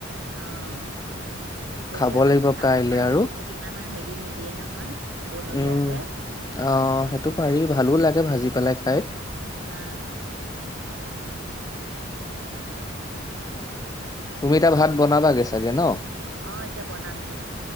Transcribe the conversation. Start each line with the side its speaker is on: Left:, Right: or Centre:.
Right: আহ ঢেকীয়া
Left: খাব
Right: শাকতো
Left: লাগিব
Right: খাব
Left: কাইলে
Right: পাৰি
Left: আৰু
Right: সেইটো ইমান হে দি নিদিয়ে নহয় বনৰীয়া
Left: উম
Right: যে
Left: আহ সেইটো পাৰি ভালো লাগে ভাজি পেলাই খাই
Right: অ
Left: তুমি এটা ভাত বনাবাগে চাগে ন
Right: অ এতিয়া বনামগে